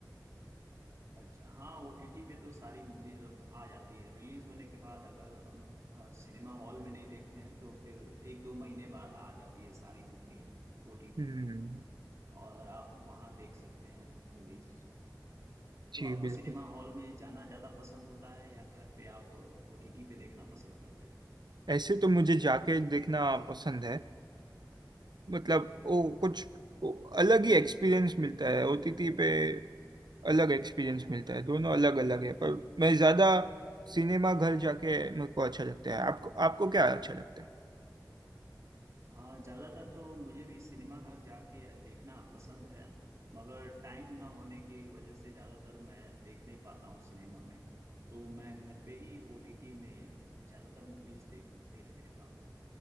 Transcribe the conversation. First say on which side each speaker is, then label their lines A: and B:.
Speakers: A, on the right (about 45°); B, on the right (about 70°).
A: अच्छा हाँ ओटीटी पे तो सारी मूवीज अब आ जाती है रिलीज होने के बाद अगर हम अ, सिनेमा हॉल में नहीं देखते हैं तो फिर एक दो महीने बाद आ जाती है सारी मूवी ओटीटी
B: हम्म
A: पे और आप वहाँ देख सकते हैं मूवीज
B: जी
A: तो आपको
B: बिल्कुल
A: सिनेमा हॉल में जाना ज्यादा पसंद होता है या घर पे आप ओटीटी पे देखना पसंद करते
B: ऐसे तो मुझे जाके देखना पसंद है मतलब वो कुछ वो अलग ही एक्सपीरियंस मिलता है ओटीटी पे अलग एक्सपीरियंस
A: हैं
B: मिलता है दोनों अलग अलग है पर मैं ज्यादा सिनेमा घर जाके मेरे को अच्छा लगता है आपको आपको क्या अच्छा लगता है
A: हाँ ज्यादातर तो मुझे भी सिनेमा घर जाके देखना पसंद है मगर टाइम ना होने की वजह से ज्यादातर मैं देख नहीं पाता हूँ सिनेमा में तो मैं घर पे ही ओटीटी में ज्यादातर मूवीज देख देख लेता हूँ